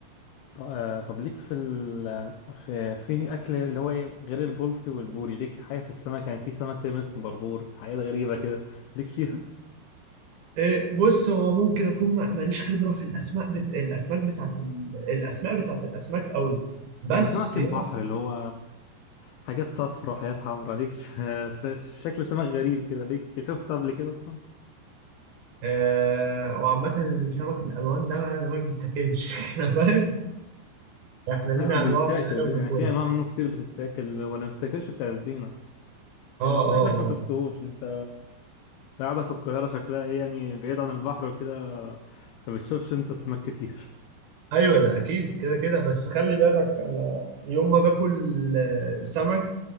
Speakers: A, on the left; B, on the right.
A: ط- آه، طب ليك في ال... في في أكل اللي هو ايه غير البولتي والبوري ليك حاجة في السمك يعني في سمك تقريبا اسمه بربور حاجات غريبة كده <laughs> ليك فيها
B: آه بص هو ممكن اكون ما- ماليش خبرة في الاسماك بت... الاسماك بتاعت ال... الاسماء بتاعت الاسماك قوي بس
A: يعني سمك
B: يعني
A: البحر اللي هو حاجات صفرا حاجات حمرا ليك في... <laughs> في شكل سمك غريب كده ليك شفت قبل كده أصلا
B: آه وعامة السمك الألوان ده ده ما بيتاكلش <laughs> احنا فاهم احنا لينا
A: لا بيتاكل
B: أنواع معينة
A: يعني
B: بناكلها
A: في أنواع منه كتير بتتاكل ولا ما بتتاكلش بتاع الزينة
B: اه
A: انك
B: اه
A: ما
B: اه
A: شفتهوش انت قاعدة في القاهرة شكلها ايه يعني بعيد عن البحر وكده ما بتشوفش انت سمك كتير
B: ايوه ده اكيد كده كده بس خلي بالك انا يوم ما باكل آه، سمك